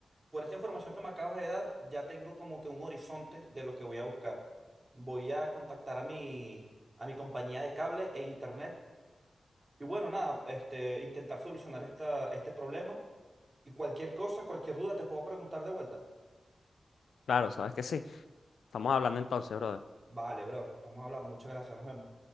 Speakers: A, on the right; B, on the left.
A: por esta información que me acabas de dar, ya tengo como que un horizonte de lo que voy a buscar. Voy a contactar a mi, a mi compañía de cable e internet y bueno, nada, este, intentar solucionar esta, este problema. Y cualquier cosa, cualquier duda, te puedo preguntar de vuelta.
B: Claro, sabes que sí. Estamos hablando entonces, brother.
A: Vale, bro, estamos hablando. Muchas gracias, nos vemos.